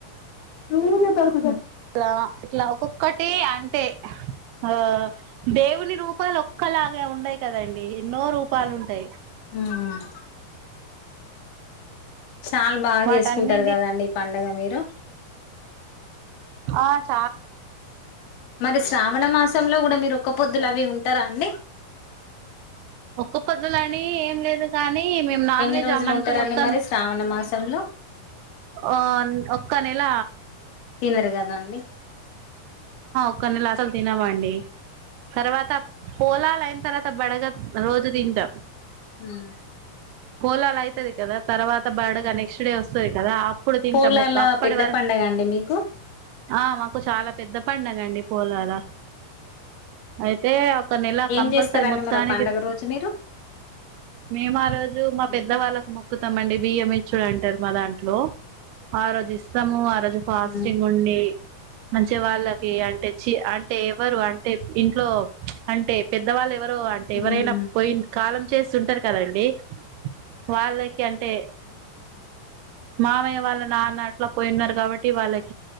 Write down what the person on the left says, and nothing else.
ఏం లే జరు
ఉమ్ చాలా బాగా
చేసుకుంటారు కదండి ఈ పండగ మీరు
మరి శ్రావణ మాసంలో కూడా మీరు ఒక్క పొద్దులవివీ ఉంట్ టరా అండి
ఎన్ని
రోజులు
ఉంటారండి
మరి శ్రావణ మాసంలో
తినరు కదా అండి
ఉమ్
పూలల
పెద్ద
పండగ అండి మీకు
ఏం
చేస్తారండి
మరి ఆ పండగ రోజు మీరు
ఉమ్
ఉమ్
ఉమ్